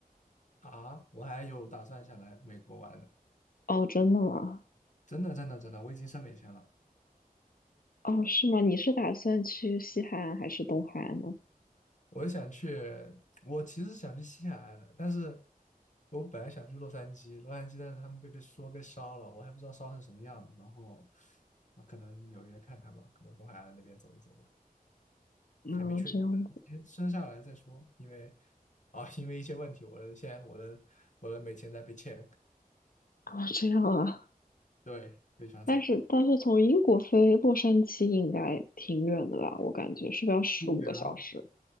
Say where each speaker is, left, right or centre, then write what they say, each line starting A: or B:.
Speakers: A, on the left (about 50°); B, on the left (about 70°).
A: <laughs> 啊，我还有打算想来美国玩呢，
B: 哦，真的吗？
A: 真的真的真的，我已经申美签了。
B: 哦，是吗？你是打算去西海岸还是东海岸呢？
A: 我想去，我其实想去西海岸的，但是我本来想去洛杉矶，洛杉矶，但是他们被被说被烧了，我还不知道烧成什么样的。然后啊，可能纽约看看吧，可能东海岸那边走一走吧，
B: 嗯，
A: 还没确定，
B: 这样子
A: 先升下来再说。因为啊，因为一些问题，我的现在我的我的美签在被 check，
B: 哦，这样啊。
A: 对，非常惨。
B: 但是但是从英国飞洛杉矶应该挺远的吧？我感觉是不是要十五个小时？
A: 对啊，